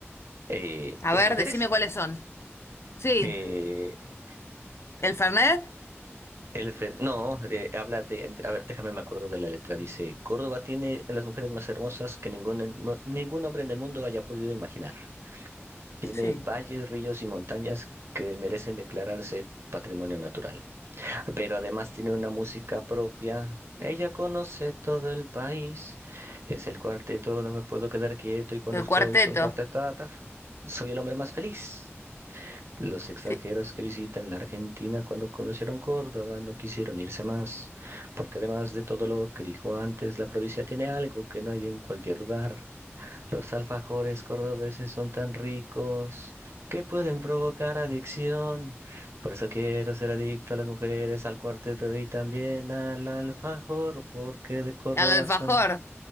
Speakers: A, on the right (about 65°); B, on the left (about 65°).
A: Eh,
B: A
A: las
B: ver,
A: mujeres,
B: decime cuáles son. Sí.
A: eh,
B: ¿El Fernet?
A: El fe- No, de- habla de, A ver, déjame, me acuerdo de la letra. Dice, Córdoba tiene a las mujeres más hermosas que ningún, en- mu- ningún hombre en el mundo haya podido imaginar. Tiene
B: Sí.
A: valles, ríos y montañas que merecen declararse patrimonio natural. Pero además tiene una música propia. Ella conoce todo el país. Es el cuarteto, no me puedo quedar quieto y cuando
B: El
A: escucho
B: cuarteto.
A: un cuarteto, soy el hombre más feliz. Los extranjeros
B: Sí.
A: que visitan la Argentina cuando conocieron Córdoba no quisieron irse más, porque además de todo lo que dijo antes, la provincia tiene algo que no hay en cualquier lugar. Los alfajores cordobeses son tan ricos que pueden provocar adicción. Por eso quiero ser adicto a las mujeres, al cuarteto y también al alfajor, porque de Córdoba
B: Al alfajor.
A: son.